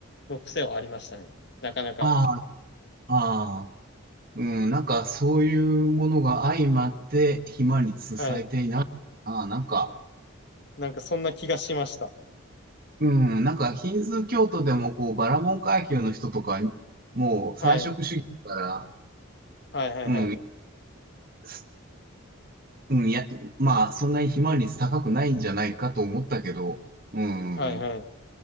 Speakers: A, on the left; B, on the right.
A: の癖はありましたね。なかなか。
B: ああ、ああ、うん、なんかそういうものが相まって暇につされていない。
A: はい。
B: ああ、なんか、
A: なんかそんな気がしました。
B: うん、なんかヒンズー教徒でもこうバラモン階級の人とか、もう菜食主義だから、
A: はい。はいはいはい。
B: うん、すうん、いや、まあそんなに暇率高くないんじゃないかと思ったけど、うん。
A: はいはい。